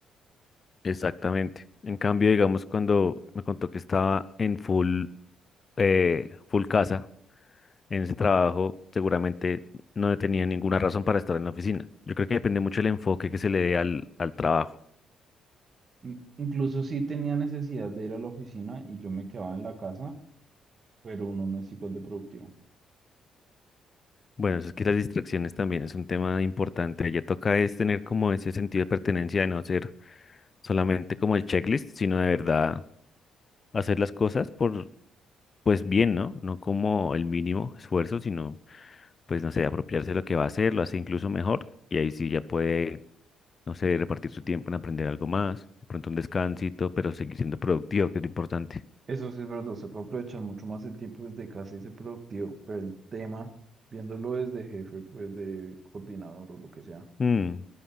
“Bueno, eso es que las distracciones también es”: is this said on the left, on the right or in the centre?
Left